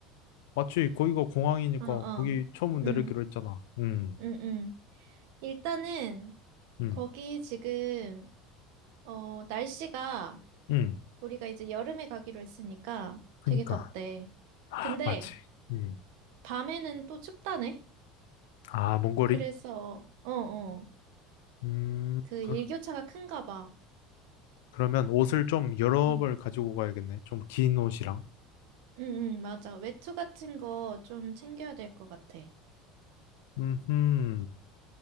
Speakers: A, on the left; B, on the right.
A: 마치 거기가 공항이니까
B: 어, 어.
A: 거기 처음 내리기로
B: 응,
A: 했잖아. 응,
B: 응, 응. 일단은,
A: 응,
B: 거기 지금, 어, 날씨가,
A: 응.
B: 우리가 이제 여름에 가기로 했으니까
A: 그니까.
B: 되게 덥대.
A: 아,
B: 근데,
A: 맞지. 응.
B: 밤에는 또 춥다네?
A: 아, 몽골이?
B: 그래서, 어, 어.
A: 음,
B: 그
A: 그,
B: 일교차가 큰가 봐.
A: 그러면 옷을 좀 여러
B: 응,
A: 벌 가지고 가야겠네. 좀 긴 옷이랑.
B: 응, 응, 맞아. 외투 같은 거 좀 챙겨야 될 것 같아.
A: 음, 음.